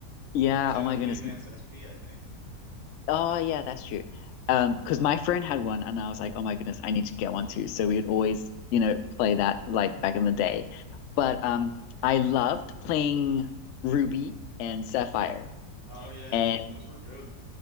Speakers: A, on the left; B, on the right.
A: yeah,
B: Actually,
A: oh
B: that
A: my
B: was
A: goodness.
B: the advanced SP, I think.
A: Oh yeah, that's true. Um, because my friend had one and I was like, oh my goodness, I need to get one too. So we would always, you know, play that like back in the day. But um I loved playing Ruby and Sapphire.
B: Oh yeah,
A: and.
B: those were good.